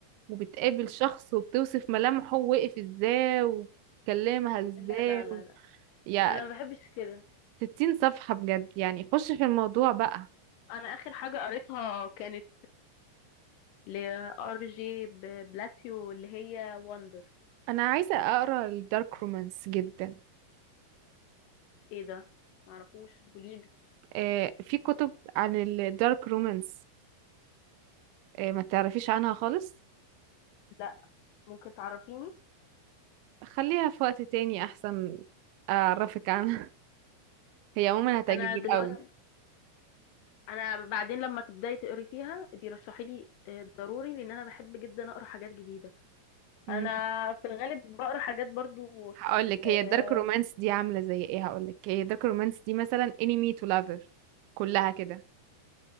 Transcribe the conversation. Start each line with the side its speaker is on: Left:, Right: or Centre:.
Right: وبتقابل
Left: مم.
Right: شخص وبتوصف ملامحه وقف ازاي وكلمها ازاي
Left: لا لا لا
Right: و...
Left: لا
Right: يا
Left: انا ما بحبش كده
Right: 60 صفحة بجد يعني خش في الموضوع بقى
Left: انا اخر حاجه قريتها كانت لار جي بلاسيو اللي هي وندر
Right: انا عايزة اقرا الدارك رومانس جدا
Left: ايه ده معرفوش قوليلي
Right: آه في كتب عن الدارك رومانس آه ما تعرفيش عنها خالص
Left: لا ممكن تعرفيني
Right: خليها في وقت تاني احسن اعرفك عنها <laughs> هي عموما هتعجبك
Left: انا دلوقتي
Right: قوي
Left: انا بعدين لما تبداي تقري فيها بيرشحي لي آه، ضروري لان انا بحب جدا اقرا حاجات جديده
Right: مم.
Left: انا في الغالب بقرا حاجات برضو
Right: هقولك
Left: اه,
Right: هي الدارك رومانس دي عاملة زي ايه هقولك هي الدارك رومانس دي مثلا انمي تو لافر كلها كده